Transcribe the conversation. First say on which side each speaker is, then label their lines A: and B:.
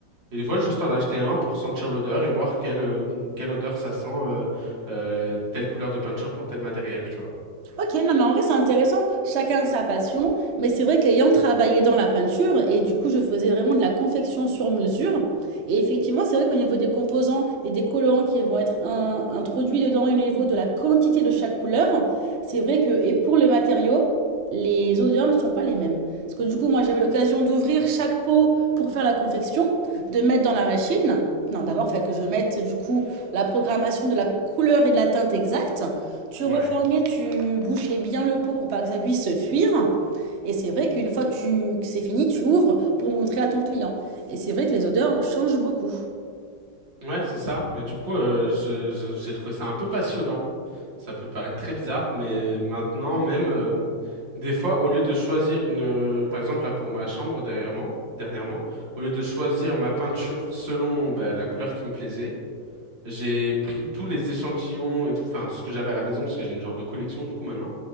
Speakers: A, on the right; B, on the right.
A: Et des fois juste en acheter un pour sentir l'odeur et voir quelle, euh, quelle odeur ça sent, euh, euh, telle couleur de peinture pour tel matériel, tu vois.
B: Ok, non, mais en vrai, c'est intéressant. Chacun sa passion. Mais c'est vrai qu'ayant travaillé dans la peinture, et du coup, je faisais vraiment de la confection sur mesure. Et effectivement, c'est vrai qu'au niveau des composants et des colorants qui vont être in- introduits dedans, au niveau de la quantité de chaque couleur, c'est vrai que, et pour les matériaux, les odeurs ne sont pas les mêmes. Parce que du coup, moi, j'avais l'occasion d'ouvrir chaque pot pour faire la confection, de mettre dans la machine. Non, d'abord, il fallait que je mette, du coup, la programmation de la couleur et de la teinte exacte. Tu
A: Ouais.
B: refermais, tu bouchais bien le pot pour pas que ça puisse se fuir. Et c'est vrai qu'une fois que tu- que c'est fini, tu ouvres pour montrer à ton client. Et c'est vrai que les odeurs changent beaucoup.
A: Ouais, c'est ça. Mais du coup, euh, je, je- j'ai trouvé ça un peu passionnant. Ça peut paraître très bizarre, mais maintenant même, euh, des fois, au lieu de choisir une, euh, par exemple là pour ma chambre derrière moi, dernièrement, au lieu de choisir ma peinture selon bah, la couleur qui me plaisait, j'ai pris tous les échantillons et tout, enfin tout ce que j'avais à la maison parce que j'ai une genre de collection du coup maintenant,